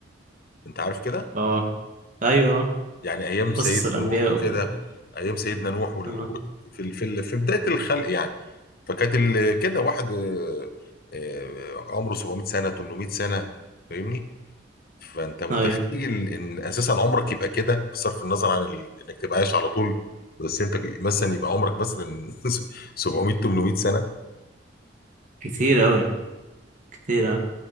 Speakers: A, on the left (about 50°); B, on the right (about 40°).
A: انت عارف كده
B: اه ايوه آه.
A: يعني ايام
B: قصص
A: سيدنا
B: الانبياء
A: نوح وكده
B: وكده
A: ايام سيدنا نوح وال...
B: اه
A: و- في ال- في ال- في بدايه الخلق يعني فكانت ال... كده واحد آه، آه، عمره 700 سنه 800 سنه فاهمني فانت متخيل
B: ايوه
A: ان اساسا عمرك يبقى كده بصرف النظر عن ال... انك تبقى عايش على طول بس انت مثلا يبقى عمرك مثلا <laughs> 700 800 سنه
B: كتير اوي كتير أوي.